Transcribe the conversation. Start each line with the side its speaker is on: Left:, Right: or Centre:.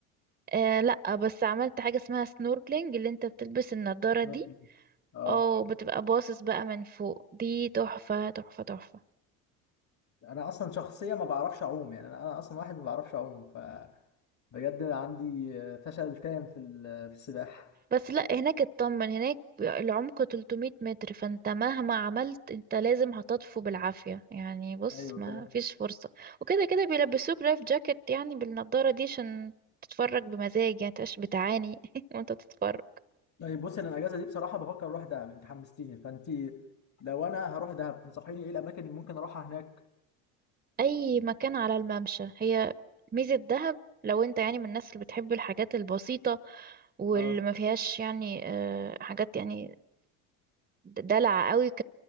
Right: آه لا بس عملت حاجة اسمها سنوركلينج اللي انت بتلبس النضارة دي
Left: ممكن. اه
Right: أو بتبقى باصص بقى من فوق دي تحفة تحفة تحفة
Left: انا اصلا شخصيه ما بعرفش اعوم يعني انا انا اصلا واحد ما بعرفش اعوم فبجد عندي آه، فشل تام في ال- آه، في السباحه
Right: بس لا هناك اطمن هناك العمق 300 متر فانت مهما عملت انت لازم هتطفو بالعافية يعني بص
Left: ايوه
Right: ما
Left: فاهم
Right: فيش فرصة وكده كده بيلبسوك لايف جاكيت يعني بالنضارة دي عشان تتفرج بمزاج يعني متبقاش بتعاني <laughs> وانت تتفرج
Left: طيب بص انا الاجازه دي بصراحه بفكر اروح دهب انت حمستيني فانت لو انا هروح دهب تنصحيني ايه الاماكن اللي ممكن اروحها هناك
Right: اي مكان على الممشى هي ميزة دهب لو انت يعني من الناس اللي بتحب الحاجات البسيطة واللي
Left: اه
Right: ما فيهاش يعني آه، حاجات يعني دلع قوي ك...